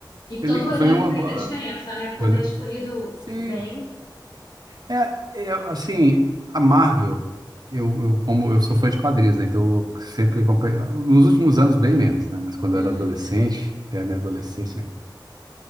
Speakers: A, on the left; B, on the right.
A: E
B: ele,
A: todo o
B: foi
A: elenco
B: uma
A: faz
B: boa.
A: a diferença, né? Quando
B: Olha,
A: é escolhido
B: sim,
A: bem.
B: É, eu, assim, a Marvel, eu, eu, como eu sou fã de quadrinhos, né? Então eu sempre acompanhei, nos últimos anos bem menos, né? Mas quando
A: Uhum,
B: eu era adolescente, até a minha adolescência,